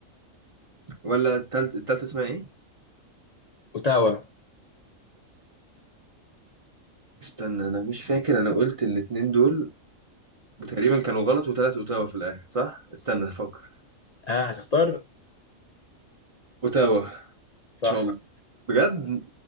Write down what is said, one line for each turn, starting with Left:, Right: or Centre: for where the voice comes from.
Right: ولا التالت التالتة اسمها ايه
Left: اوتاوا
Right: استنى انا مش فاكر انا قلت الاتنين دول وتقريبا كانوا غلط وتلات اوتاوا في الاخر صح استنى افكر
Left: اه هتختار
Right: اوتاوا ان
Left: صح
Right: شاء الله بجد